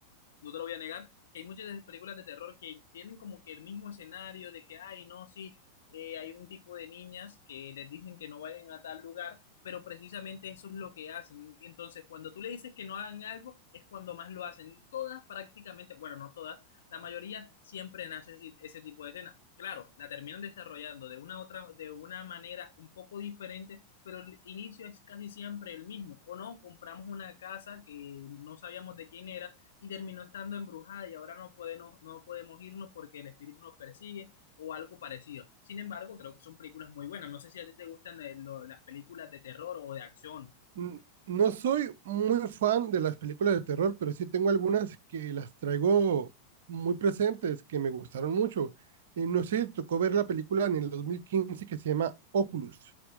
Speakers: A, on the left (about 60°); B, on the right (about 55°).
A: no te lo voy a negar, que hay muchas de- películas de terror que tienen como que el mismo escenario de que, ay, no, sí, eh, hay un tipo de niñas que les dicen que no vayan a tal lugar, pero precisamente eso es lo que hacen. Y Entonces, cuando tú le dices que no hagan algo, es cuando más lo hacen. Y todas prácticamente, bueno, no todas, la mayoría siempre nace ese, ese tipo de escena. Claro, la terminan desarrollando de una otra, de una manera un poco diferente, pero el inicio es casi siempre el mismo. O no, compramos una casa que no sabíamos de quién era y terminó estando embrujada y ahora no podemos, no no podemos irnos porque el espíritu nos persigue o algo parecido. Sin embargo, creo que son películas muy buenas. No sé si a ti te gustan eh, lo- las películas de terror o de acción.
B: Mm, No soy muy fan de las películas de terror, pero sí tengo algunas que las traigo muy presentes, que me gustaron mucho. Y no sé si te tocó ver la película en el 2015 que se llama Oculus.